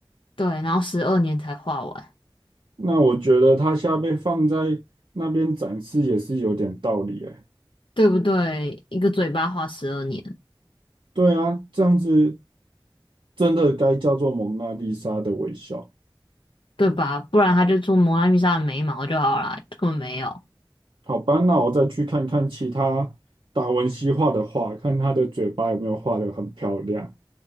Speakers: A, on the left (about 70°); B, on the right (about 70°).
A: 对，然后十二年才画完，
B: 那我觉得他现在被放在那边展示也是有点道理哎。
A: 对不对？一个嘴巴画十二年，
B: 对啊，这样子真的该叫做蒙娜丽莎的微笑。
A: 对吧？不然他就做蒙娜丽莎的眉毛就好了，根本没有。
B: 好吧，那我再去看看其他达文西画的画，看他的嘴巴有没有画的很漂亮。